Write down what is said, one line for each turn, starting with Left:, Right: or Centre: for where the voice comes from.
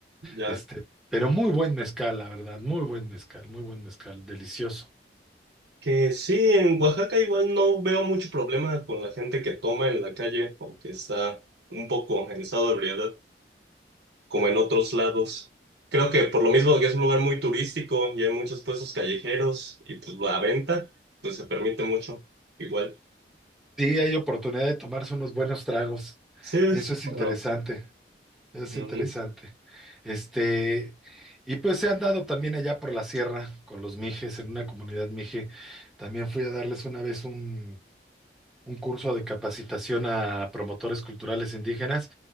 Right: Ya.
Centre: Este, pero muy buen mezcal, la verdad, muy buen mezcal, muy buen mezcal, delicioso.
Right: Que sí, en Oaxaca igual no veo mucho problema con la gente que toma en la calle, aunque está un poco en estado de ebriedad, como en otros lados. Creo que por lo mismo que es un lugar muy turístico y hay muchos puestos callejeros y pues la venta, pues se permite mucho. Igual.
Centre: Sí, hay oportunidad de tomarse unos buenos tragos.
Right: Sí, es,
Centre: Eso es
Right: bueno,
Centre: interesante. Es
Right: ujú.
Centre: interesante. Este, y pues se han dado también allá por la sierra con los mijes, en una comunidad mije. También fui a darles una vez un, un curso de capacitación a promotores culturales indígenas